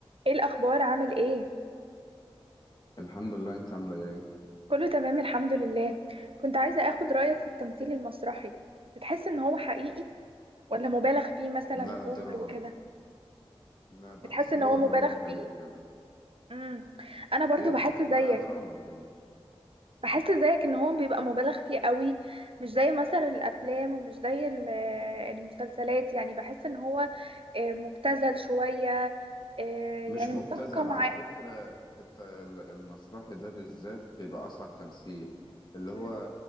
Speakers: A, on the right (about 65°); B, on the left (about 45°).
A: ايه الاخبار عامل ايه
B: الحمد لله انت عامله ايه
A: كله تمام الحمد لله كنت عايزة اخد رأيك في التمثيل المسرحي بتحس ان هو حقيقي ولا مبالغ فيه مثلا
B: لا
A: واوفر
B: دراما
A: وكده
B: لا بحس
A: بتحس ان
B: اللي
A: هو
B: هو دراما
A: مبالغ
B: حلو
A: فيه
B: كده
A: امم انا برضو
B: ايه
A: بحس
B: لا
A: زيك
B: دراما دراما
A: بحس زيك ان هو بيبقى مبالغ فيه قوي مش زي مثلا الافلام ومش زي ال- آه، المسلسلات يعني بحس ان هو آه، مبتذل شوية آه،
B: مش
A: يعني متفقة
B: مبتذل
A: معاه
B: على فكرة الت- ال- المسرحي ده بالذات بيبقى أصعب تمثيل اللي هو
A: أمم،